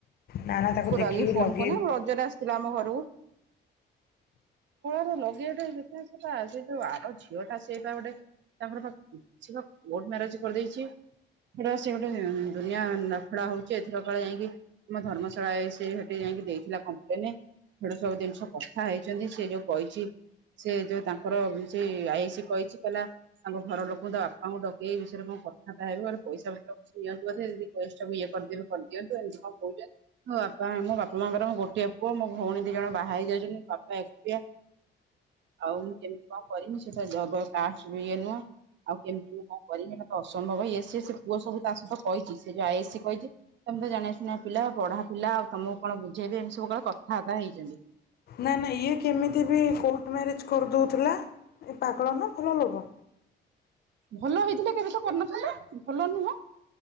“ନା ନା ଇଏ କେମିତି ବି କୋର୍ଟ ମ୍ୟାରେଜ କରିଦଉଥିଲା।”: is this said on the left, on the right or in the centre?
Left